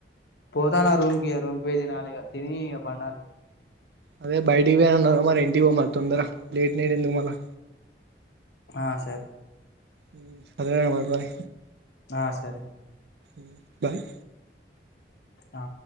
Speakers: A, on the left; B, on the right.
A: పోతనా రూమ్ కీ ఇగ రూమ్ కీ పోయి తినాలి ఇగ తిని పండాలి.
B: అదే బైటికి పోయి అన్నార మరి ఇంటికి పొమ్మను తొందరా లేట్ నైట్ ఎందుకు మళ్ళా
A: ఆ సరే
B: ఉ సరే రా మరి బాయ్
A: ఆ సరే
B: ఉ బాయ్
A: ఆ